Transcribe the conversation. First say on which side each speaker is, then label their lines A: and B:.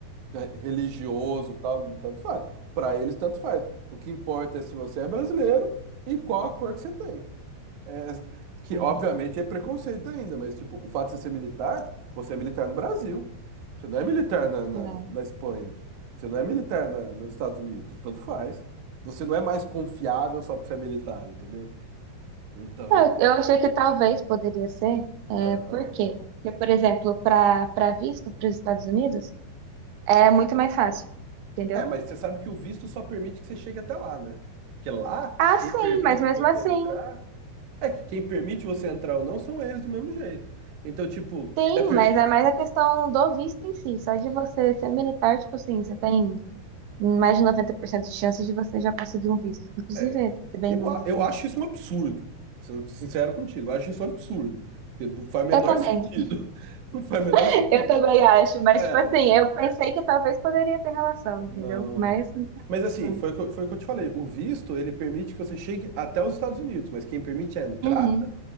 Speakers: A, on the right (about 60°); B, on the right (about 80°).
A: re- religioso, tal, tanto faz. Para eles, tanto faz. O que importa é se você é brasileiro e qual a cor que você tem. É, que
B: <laughs>
A: obviamente é preconceito ainda, mas tipo, o fato de você ser militar, você é militar no Brasil. Você não é militar na, na,
B: É.
A: na Espanha. Você não é militar na, nos Estados Unidos. Tanto faz. Você não é mais confiável só porque você é militar, entendeu? Então,
B: É, Eu achei que talvez poderia ser,
A: não,
B: é, por quê?
A: não.
B: Porque, por exemplo, para para visto para os Estados Unidos, é muito mais fácil, entendeu?
A: É, mas você sabe que o visto só permite que você chegue até lá, né? Porque lá,
B: Ah,
A: quem
B: sim,
A: permite
B: mas mesmo
A: você
B: assim,
A: entrar. É que quem permite você entrar ou não são eles do mesmo jeito. Então, tipo,
B: sim,
A: é, per-
B: mas é mais a questão do visto em si, só de você ser militar, tipo assim, você tem mais de 90% de chances de você já conseguir um visto. Inclusive,
A: é,
B: é bem
A: Eu,
B: mais
A: a-
B: do
A: eu
B: que
A: acho
B: isso.
A: isso um absurdo, sendo sincero contigo, eu acho isso um absurdo, porque não faz o menor
B: Eu também,
A: sentido, <laughs> não faz o menor
B: <laughs>
A: sentido.
B: eu também acho, mas,
A: É,
B: tipo assim, eu pensei que talvez poderia ter relação, entendeu?
A: não,
B: Mas,
A: não.
B: realmente
A: Mas assim,
B: não.
A: foi, o que eu- foi o que eu te falei, o visto, ele permite que você chegue até os Estados Unidos, mas quem permite a entrar
B: Uhum.